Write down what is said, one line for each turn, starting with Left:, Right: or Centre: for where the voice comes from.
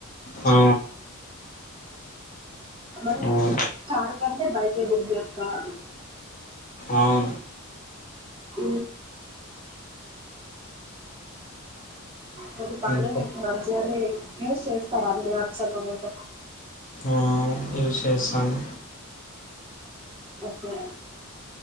Left: ఆ
Right: మరి
Left: అవును
Right: కార్ కంటే బైకే బుక్ చేసుకోవాలి
Left: అవును
Right: అ తది పాల
Left: ఇంకా
Right: మ జ అర <unintelligible> యూస్ చేస్తారా <unintelligible> అ అర్చలంట
Left: ఆ యూస్ చేస్తాను
Right: ఓకే